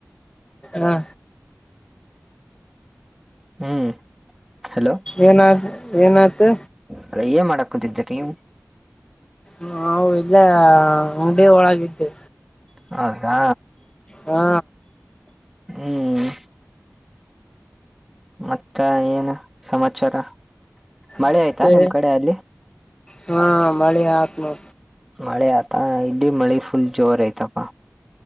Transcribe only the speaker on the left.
ಹ
ಏನಾತ್ ಏನಾಯ್ತು
ನಾವ್ ಇಲ್ಲೆ ಅಂಗಡಿ ಒಳಗಿದೀವಿ
ಹಾ
ಮತ್ತೆ
ಹಾ ಮಳಿ ಆತ್ ನೊ